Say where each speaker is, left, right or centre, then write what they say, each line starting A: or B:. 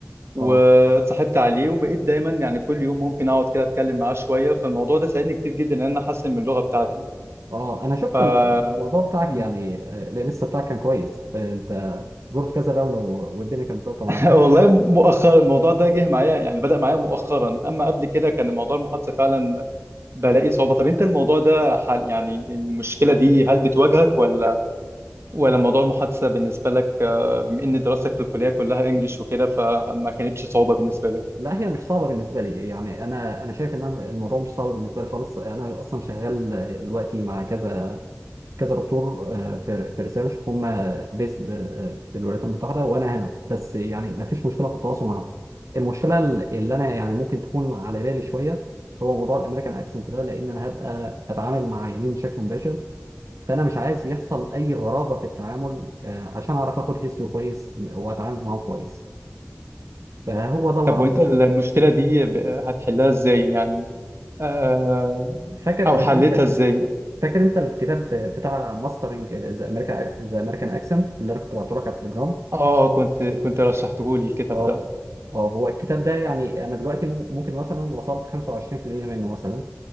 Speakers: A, on the right; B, on the right.
A: واتصاحبت
B: اه
A: عليه وبقيت دايما يعني كل يوم ممكن أقعد كده أتكلم معاه شوية فالموضوع ده ساعدني كتير جدا إن أنا أحسن من اللغة بتاعتي
B: اه انا شفت
A: ف
B: ال- الموضوع بتاعك
A: مم.
B: يعني آه، لسه بتاعك كان كويس آه، انت زرت كذا دوله و- والدنيا كانت ظابطه معاك
A: <laughs> والله مؤخرا الموضوع ده جه معايا يعني بدأ معايا مؤخرا أما قبل كده كان موضوع المحادثة فعلا بلاقي صعوبة طب أنت الموضوع ده حل يعني المشكلة دي هل بتواجهك ولا ولا موضوع المحادثة بالنسبة لك آه، بما إن دراستك في الكلية كلها إنجليش وكده فما كانتش صعوبة بالنسبة لك
B: لا هي مش صعبة بالنسبة لي يعني أنا أنا شايف إن أنا الموضوع مش صعب بالنسبة لي خالص أنا أصلا شغال دلوقتي مع كذا كذا دكتور آه، في في ريسيرش هم بيسد في الولايات المتحده وانا هنا بس يعني ما فيش مشكله في التواصل معاهم المشكله اللي انا يعني ممكن تكون على بالي شويه هو موضوع الامريكان اكسنت ده لان انا هبقى اتعامل مع عيانين بشكل مباشر فانا مش عايز يحصل اي غرابه في التعامل آه، عشان اعرف اخد هيستوري كويس واتعامل معاهم كويس فهو ده الغرض
A: طب وإنت
B: بس
A: المشكلة دي ب- هتحلها إزاي يعني آه،
B: فاكر
A: أو حلتها
B: انت
A: إزاي؟
B: فاكر انت الكتاب بتاع ماسترنج ذا امريكان ذا امريكان اكسنت اللي انا كنت بعته لك على التليجرام
A: آه آه، كنت كنت رشحته لي الكتاب
B: اه
A: ده
B: اه هو الكتاب ده يعني انا دلوقتي مم- ممكن مثلا وصلت 25% منه مثلا